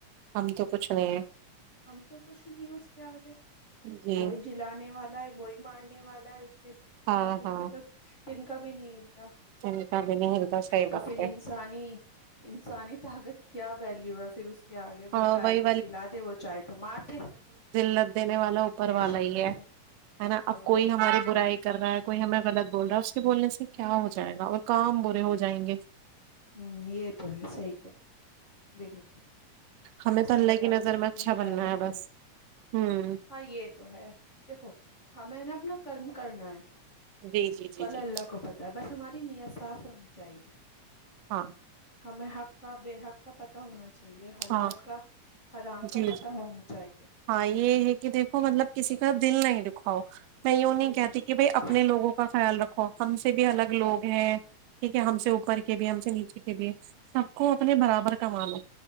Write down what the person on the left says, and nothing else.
ہم تو کچھ نہیں ہے اس کے آگے
وہی جلانے والے ہے وہی مارنے والا ہے اس بنا
حکم
کے تو تنکا بھیی نہیں ہلتا
تو
پھر
انسانی انسانی طاقت کیا ویلو ہے پھر اس کیا آگے
وہ چائےے
تو جلا دے وہ چائے تو مار دے
بے
شک
بے
شک
اوپر
والا
ہی
ہوتا
ہے
ہ
ہوں یہ تو ہے سحی ہے بالکل
بس
اللہ تعالی
سب
کو ہدایت
دے
ائیے تو ہے دیکھو ہاں میں نے اپنا کرم کرنا ہے
فلا
اللہ کو پتہ ہے بس ہماری نیت صاف ہونی ت چاہیے
ہمیں حق کا بے حق کا پتا ہونا چاہیے کہ یہ حلال
کا حرام کا
پتہ
ہونا چاہیے
دل
دکھاؤ